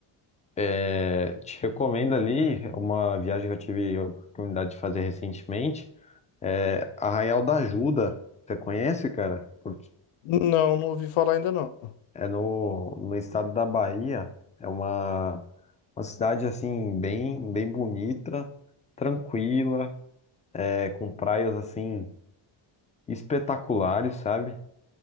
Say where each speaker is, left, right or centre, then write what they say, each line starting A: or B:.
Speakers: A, on the left; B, on the left.
A: É, te recomendo ali uma viagem que eu tive a oportunidade de fazer recentemente. É Arraial da Ajuda. Você conhece, cara? Porque
B: Não, não ouvi falar ainda não.
A: é no, no estado da Bahia. É uma, uma cidade assim bem, bem bonita, tranquila, é, com praias assim espetaculares, sabe?